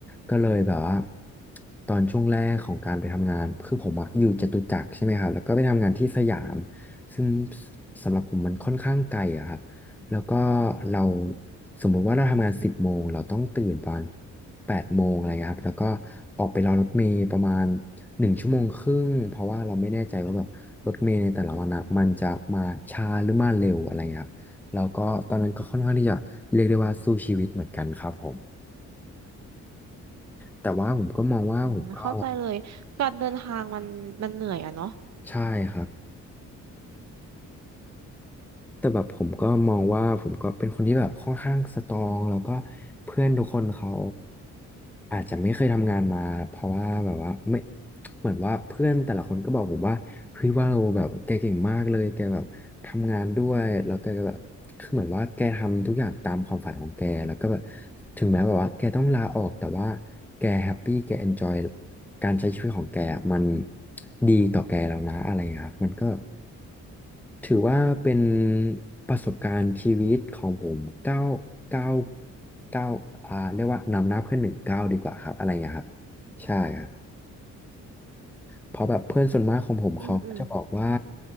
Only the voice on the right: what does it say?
อืมเข้าใจเลยการเดินทางมันมันเหนื่อยอะเนาะ
อืมอืม